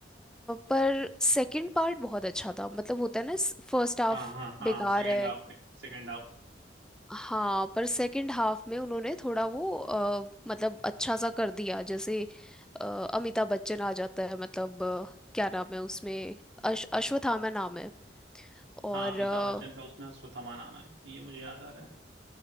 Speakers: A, in the centre; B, on the right.
A: पर सेकंड पार्ट बहुत अच्छा था मतलब होता है ना फर्स्ट हाफ
B: हाँ हाँ हाँ
A: बेकार
B: सेकंड
A: है
B: हाफ Second half
A: हाँ पर सेकंड हाफ में उन्होंने थोड़ा वो अ, मतलब अच्छा सा कर दिया जैसे अ, अमिताभ बच्चन आ जाता है मतलब अ, क्या नाम है उसमें अश, अश्वत्थामा नाम है और
B: हाँ अमिताभ
A: अ,
B: बच्चन का उसमें अश्वत्थामा नाम है ये मुझे याद आ रहा है